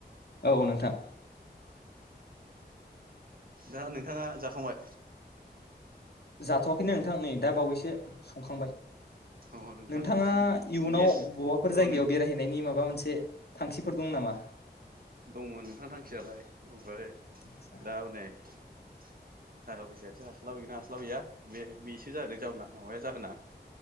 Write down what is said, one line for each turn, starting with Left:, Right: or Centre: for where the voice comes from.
Left: औ नोंथां
Right: दा नोंथांङा जाखांबाय
Left: जाथ'वाखै नो नोंथां नै दा बावैसो संखांबाय
Right: अ नोंथां
Left: नोंथाङा इयुनाव
Right: गेस
Left: बबाफोर
Right: अ
Left: जायगायाव
Right: नों
Left: बेरायहैनायनि माबा मोनसे ए थांखिफोर दं नामा
Right: दंमोन नोंथां थांखियालाय ओमफ्राय
Left: आदसा
Right: दा हनै थाखा फैसायासो हास्लाबगोना हास्लाबैया बे बेसो जाद जाहोनना माबाया जाहोना